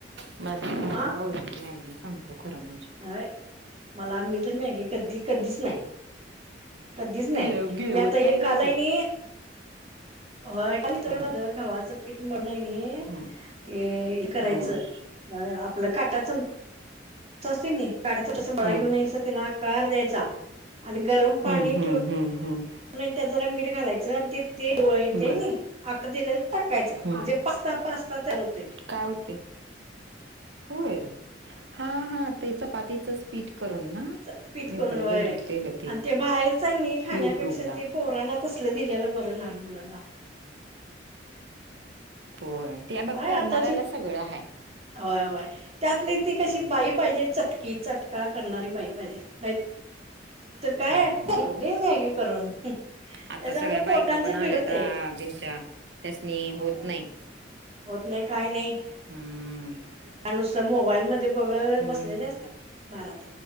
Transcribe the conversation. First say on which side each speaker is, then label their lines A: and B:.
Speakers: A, on the right; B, on the right.
A: म
B: आ
A: व मॅगी सगतो खरं म्हणजे.
B: होय मला मी तर मॅगे कधी कधीच नाही. कधीच नाही
A: गिळ गिळवत
B: मी आता
A: नाही
B: एक कालनी.
A: बाई ते
B: हो
A: हम्म
B: <inaudible> घावाचं पीठ मरण आहे न
A: हम्म
B: ते हे करायचं
A: हम्म
B: आपलं काटा चम चा काढाच तस गोळा
A: हम्म
B: घेऊन
A: हम्म
B: नाही त्याला आकार द्यायचा आणि गरम पाणी
A: हम्म
B: ठेवून.
A: हम्म हम्म.
B: आणि त्यात जरा मीठ घालायचं आणि ते गोळे ते
A: बर
B: नाही. आखर दिला टाकायचा म्हणजे
A: हम्म
B: पास्ता पास्ता तयार होतेय.
A: काय होते होय हा हा त्याच पातीचंच पीठ करून ना.
B: च पिट
A: मी
B: करून
A: पण
B: वय
A: बघितलेलं
B: आणि ते बाहेर हाय का नाही खाण्यापेक्षा
A: युट्यूबला
B: ते. पोराना तसलं दिल्याला बरं लहान मुलांला.
A: होय ते बघ
B: काय
A: करणाऱ्याला
B: आताची
A: सगळं आहे.
B: होय होय त्यातली ती कशी
A: होय
B: बाई पाहिजे चटकी चटका करणारी बाई पाहिजे नाही. तर काय
A: होय.
B: ठेवली मॅगे करून.
A: आता
B: त्याच्यामुळे
A: सगळ्या बायका
B: पोटांच
A: पण आल्यात
B: बिघडते
A: त्यांच्या त्यासनी
B: हो
A: होत नाही.
B: होत नाही काही नाही.
A: हम्म.
B: त्या नुसत मोबाईल मध्ये बघ
A: हम्म
B: बसलेले असतात भारात.